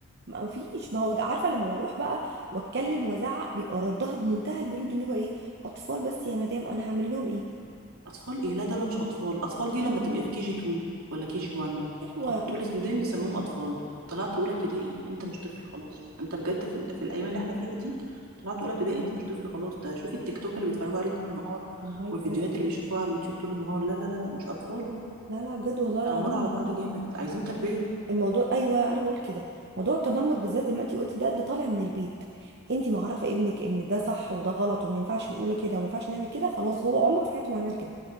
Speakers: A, on the right; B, on the right.
A: ما فيش ما هو ده- عارفة لما بروح بقى واتكلم وازعق بيبقى ردها بمنتهى البرود اللي هو ايه اطفال بس يا مدام انا هعمل لهم ايه
B: اطفال ايه لا دول مش اطفال اطفال دي لما تبقى في كي جي 2 ولا كي جي 1
A: ايوه
B: أط- دول دول نسميهم اطفال طلعت اولى ابتدائي انت مش طفل خلاص انت بجد في, ال... في الايام اللي احنا فيها دي طلعت اولى ابتدائي انت مش طفل خلاص ده شوفي التيك توك اللي بيتفرجوا عليه طول النهار
A: والله
B: والفيديوهات
A: بجد
B: اللي بيشوفوها على اليوتيوب طول النهار لا لا لا لا مش اطفال
A: لا لا بجد والله
B: بيتنمروا
A: العظيم
B: على بعض
A: الموضوع
B: جامد
A: ده
B: عايزين تربيه
A: الموضوع ايوه انا بقول كده موضوع التنمر بالذات زي ما انت قلتي ده ده طالع من البيت انت معرفه ابنك ان ده صح وده غلط وما ينفعش نقول كده وما ينفعش نعمل كده خلاص هو عمره في حياته ما هيعمل كده